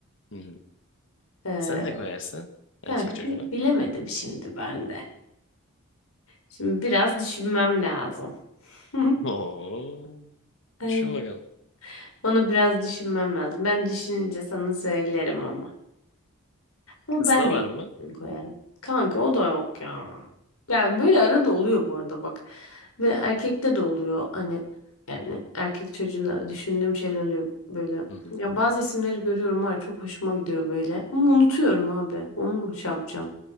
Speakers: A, on the left; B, on the left.
A: Hı hı.
B: Ee,
A: Sen ne koyarsın
B: Kanka
A: erkek çocuğuna?
B: bi- bilemedim şimdi ben de. Şimdi biraz düşünmem lazım. <laughs>
A: Oo,
B: Aynen.
A: düşün bakalım.
B: Onu biraz düşünmem lazım. Ben düşününce sana söylerim ama. Ama
A: Kızda
B: ben de
A: var
B: ilk
A: mı?
B: isim koyarım. Kanka o da yok ya. Yani böyle arada oluyor bu arada bak. Böyle erkekte de oluyor hani yani erkek çocuğuna düşündüğüm şeyler oluyor böyle.
A: Hı hı.
B: Ya bazı isimleri görüyorum var çok hoşuma gidiyor böyle. Ama unutuyorum abi. Onu mu şey yapacağım?